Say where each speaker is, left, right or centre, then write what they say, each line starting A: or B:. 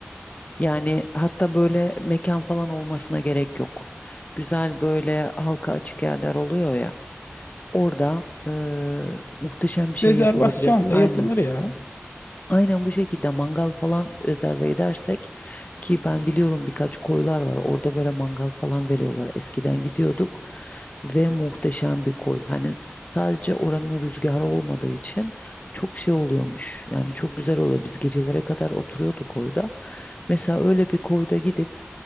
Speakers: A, on the left; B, on the left.
A: Yani hatta böyle mekan falan olmasına gerek yok. Güzel böyle halka açık yerler oluyor ya. Orada eee, muhteşem bir şey
B: Rezervasyonla
A: yapılabilir. Aynen.
B: yapılır ya.
A: Aynen bu şekilde mangal falan rezerve edersek ki ben biliyorum birkaç koylar var orada böyle mangal falan veriyorlar eskiden gidiyorduk ve muhteşem bir koy hani s- sadece oranın rüzgarı olmadığı için çok şey oluyormuş yani çok güzel oluyor biz gecelere kadar oturuyorduk orada mesela öyle bir koyda gidip